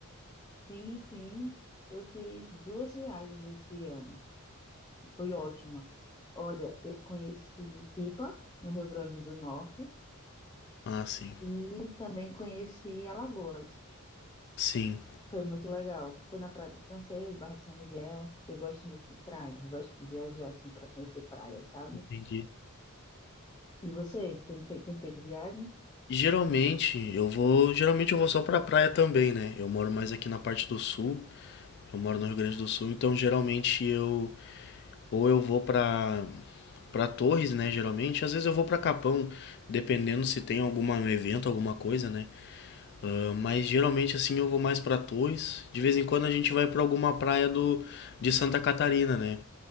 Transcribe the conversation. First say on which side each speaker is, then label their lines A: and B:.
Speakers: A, on the left (about 20°); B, on the left (about 50°).
A: Sim, sim. Eu fiz duas viagens esse ano. Foi ótima. Olha, eu conheci Pipa, no Rio Grande do Norte,
B: Ah, sim.
A: e também conheci Alagoas.
B: Sim,
A: Foi muito legal. Foi na Praia do Francês, Barra de São Miguel. Eu gosto muito de praia. Eu gosto de viajar assim para conhecer praia, sabe?
B: entendi.
A: E você? Tem feito, tem feito viagens?
B: Geralmente, eu vou, geralmente eu vou só pra praia também, né? Eu moro mais aqui na parte do sul, eu moro no Rio Grande do Sul, então geralmente eu ou eu vou pra para Torres, né, geralmente, às vezes eu vou pra Capão, dependendo se tem algum evento, alguma coisa, né? Ah, mas geralmente assim eu vou mais para Torres. De vez em quando a gente vai para alguma praia do de Santa Catarina, né?